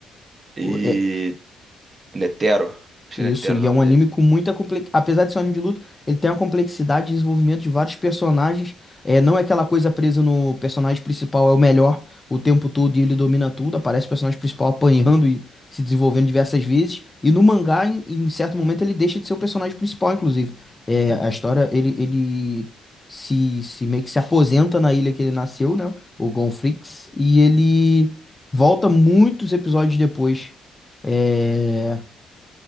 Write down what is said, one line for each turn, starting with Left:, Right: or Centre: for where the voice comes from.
Right: e
Left: O- é-
Right: Netero, acho
Left: Isso,
Right: que é Netero
Left: e
Right: o
Left: é
Right: nome
Left: um anime
Right: dele.
Left: com muita complexidade. Apesar de ser um anime de luta, ele tem uma complexidade de desenvolvimento de vários personagens. É, não é aquela coisa presa no personagem principal, é o melhor o tempo todo e ele domina tudo. Aparece o personagem principal apanhando e se desenvolvendo diversas vezes. E no mangá, em, em certo momento, ele deixa de ser o personagem principal, inclusive. É, a história, ele, ele se, se meio que se aposenta na ilha que ele nasceu, né? O Gonfrix, e ele volta muitos episódios depois. É,